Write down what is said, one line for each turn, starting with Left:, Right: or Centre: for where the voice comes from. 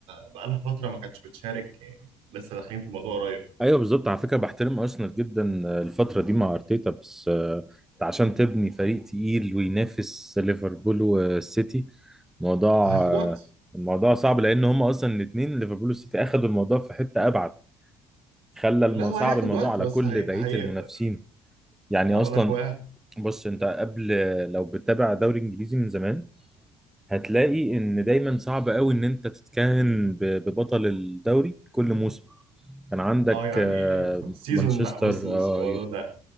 Right: بقالها فترة ما كانتش بتشارك يعني لسه داخلين في الموضوع قريب
Centre: ايوه بالظبط على فكره بحترم ارسنال جدا آه، الفتره دي مع ارتيتا بس آه، انت عشان تبني فريق تقيل وينافس ليفربول والسيتي موضوع
Right: هياخد
Centre: آه،
Right: وقت
Centre: الموضوع صعب لان هم اصلا الاثنين ليفربول والسيتي اخذوا الموضوع في حته ابعد خلى المو...
Right: لا هو
Centre: صعب
Right: هياخد
Centre: الموضوع
Right: وقت
Centre: على
Right: بس
Centre: كل
Right: هي...
Centre: بقيه
Right: هيقدر
Centre: المنافسين يعني
Right: ما أنا
Centre: اصلا
Right: بقول لك هو هي-
Centre: بص انت قبل آه، لو بتتابع دوري انجليزي من زمان هتلاقي ان دايما صعب قوي ان انت تتكهن ب- ببطل الدوري كل موسم كان عندك
Right: اه يعني
Centre: آه،
Right: في سيزون
Centre: مانشستر
Right: لا بص بص
Centre: آه،
Right: الموضوع ده